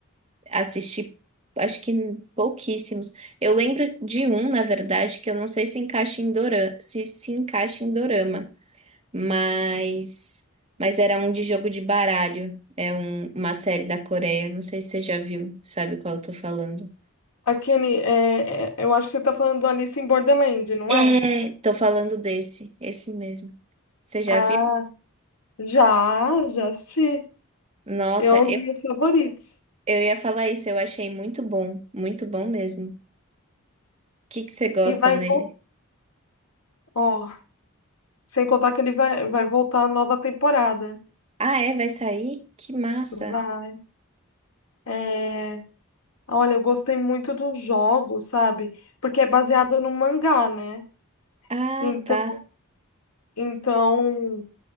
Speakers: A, on the right (about 30°); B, on the left (about 85°).
A: assisti, acho que pouquíssimos. Eu lembro de um, na verdade, que eu não sei se encaixa em dorama, se se encaixa em dorama, mas, mas era um de jogo de baralho, é um- uma série da Coreia, não sei se você já viu, sabe qual eu tô falando.
B: A Kenny, é, é, eu acho que você tá falando do Alice em Borderland, não
A: É,
B: é?
A: tô falando desse, esse mesmo. Você já
B: Ah,
A: viu?
B: já, já assisti.
A: Nossa,
B: É um
A: eu,
B: dos meus favoritos.
A: eu ia falar isso, eu achei muito bom, muito bom mesmo. que que você gosta
B: E vai
A: nele?
B: voltar. Ó, sem contar que ele vai, vai voltar a nova temporada.
A: Ah, é? Vai sair? Que massa!
B: Vai. É, olha, eu gostei muito do jogo, sabe? Porque é baseado no mangá, né?
A: Ah,
B: Então,
A: tá.
B: então